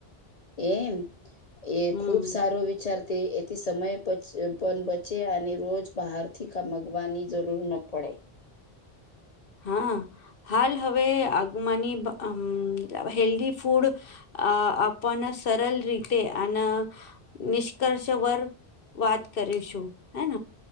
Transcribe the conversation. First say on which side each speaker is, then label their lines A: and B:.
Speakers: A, on the left; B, on the left.
A: એમ એ
B: હમ
A: ખુબ સારો વિચાર તે એથી સમય પણ બચે અને રોજ બહારથી મગવાની જરૂર ન પડે.
B: હા હાલ હવે આગુમાંની હેલ્ધી ફૂડ અ આપણને સરલ રીતે અને નિષ્કર્ષ વર વાત કરીશું હેન?